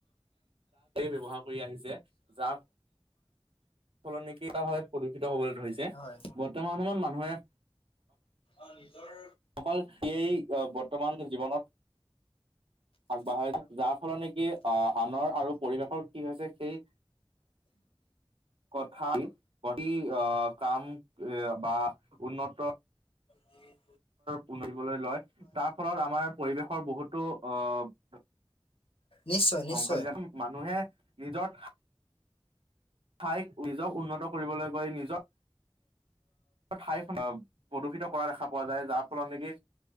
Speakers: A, on the right; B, on the left.
A: ব্যৱহাৰ কৰি আহিছে, যাৰ সলনি <unintelligible> ভাৱে প্ৰদূষিত হবলৈ ধৰিছে
B: বৰ্তমান
A: বৰ্তমান সময়ত মানুহে
B: অ নিজৰ
A: অকল সিয়েই বৰ্তমান জীৱনত আগবাঢ়াই যাৰ ফলত নেকি আহ আনৰ আৰু পৰিৱেশৰ কি হৈছে, সেই কথা প্ৰতি আহ কাম, এ বা উন্নত
B: উম।
A: পিৰিবলৈ লয়, তাৰ ফলত আমাৰ পৰিৱেশৰ বহুতো অহ
B: নিশ্চয় নিশ্চয়।
A: অংকলজন মানুহে ৰিজৰ্ট ঠাইক নিজক উন্নত কৰিবলৈ গৈ নিজৰ ঠাই প্ৰদূষিত কৰা দেখা পোৱা যায়। যাৰ ফলত নেকি